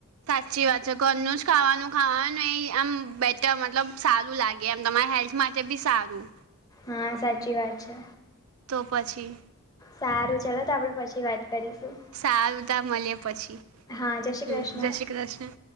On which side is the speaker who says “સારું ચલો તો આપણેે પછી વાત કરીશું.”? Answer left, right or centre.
Left